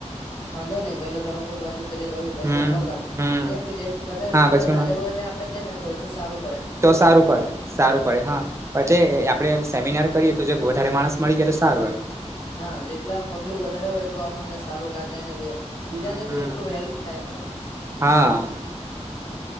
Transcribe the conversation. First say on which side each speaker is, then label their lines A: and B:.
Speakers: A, on the left (about 45°); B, on the right (about 25°).
A: વાંધો નહીં. પેલો ધરમપુર બાજુ કરી તોય. પછી
B: હમ
A: ઉંમરગામ.
B: હમ
A: કેમ કે જે બધા
B: હા
A: સ્ટુડન્ટ
B: પછી
A: હાજર
B: અમાર
A: હોય એને, આપડે કઈ ને તો હજુ સારું પડે એમ.
B: તો સારું પડે. સારું પડે હા પાછી આપણે સેમિનાર કરીએ, તો જો વધારે માણસ મળી જાય તો સારું એમ
A: હા જેટલા પબ્લિક વધારે હોય એટલૂ આપણને સારું લાગે અને બીજા
B: હમ
A: ને
B: હમ
A: ભી એટલું હેલ્પ છે એમ
B: હા